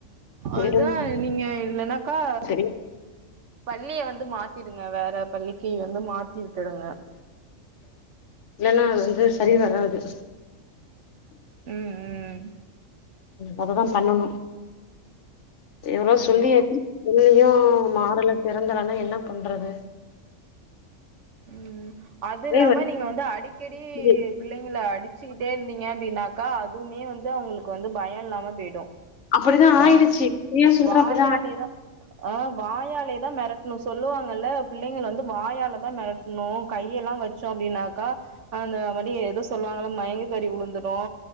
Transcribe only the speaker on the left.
எதுவும்
சரி
இல்லன்னா அது வந்து சரி வராது
அததா பண்ணனு எவ்ளோ
சொல்லிய <unintelligible> மாறல திறந்தலனா என்ன பண்றது
ஒரே
வலிக்குது
அப்டிதா
ஆயிடுச்சு உண்மையா சொல்ற
அப்டிதா ஆயிடுச்சு